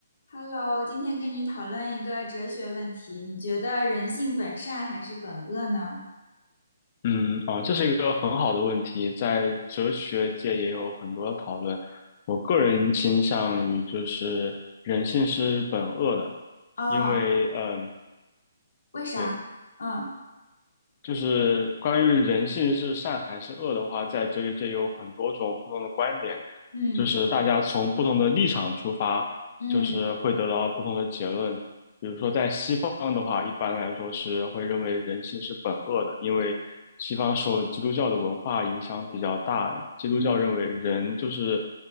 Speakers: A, on the left (about 70°); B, on the left (about 30°).
A: Hello，今天跟你讨论一个哲学问题，你觉得人性本善还是本恶呢？
B: 嗯啊，这是一个很好的问题，在哲学界也有很多讨论。我个人倾向于就是人性是本恶的，
A: 啊，
B: 因为嗯，
A: 为啥？
B: 对。
A: 嗯
B: 就是关于人性是善还是恶的话，在哲学界有很多种不同的观点，
A: 嗯
B: 就是大家从不同的立场出发，
A: 嗯
B: 就是会得到不同的结论。比如说，在西方的话，一般来说是会认为人性是本恶的，因为西方受基督教的文化影响比较大，基督教认为人就是
A: 嗯，